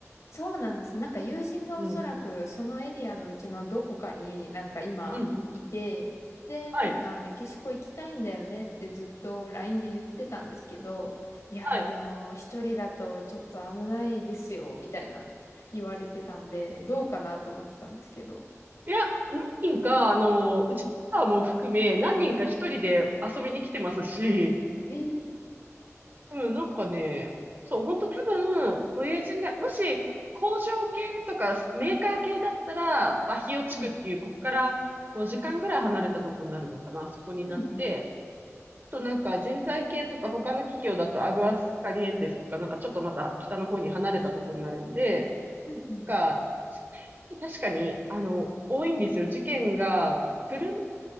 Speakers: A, on the left; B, on the right.
A: そうなんです。なんか友人がおそらくそのエリアのうちのどこかになんか今いて、
B: うん。うん。うん
A: で、
B: はい。
A: なんかメキシコ行きたいんだよねってずっと LINE で言ってたんですけど、いやーでも一人だとちょっと危ないですよ、
B: はい。
A: みたいな言われてたんで、どうかなと思ってたんですけど。
B: いや、何人か、あの、うちはも含め、何人か一人で遊びに来てますし、
A: ええ
B: うん、なんかね、そう、ほんと多分、ご友人が、もし工場系とかメーカー系だったら、バヒオ地区っていう、
A: はい。
B: ここから5時間ぐらい離れたところになるのかな、そこになって、
A: うんうん。
B: あとなんか人材系とか他の企業だとアグアスカリエンテスとか、なんかちょっとまた北の方に離れたところになるんで、
A: うんうん。
B: が、確かに、あの、多いんですよ。事件が、車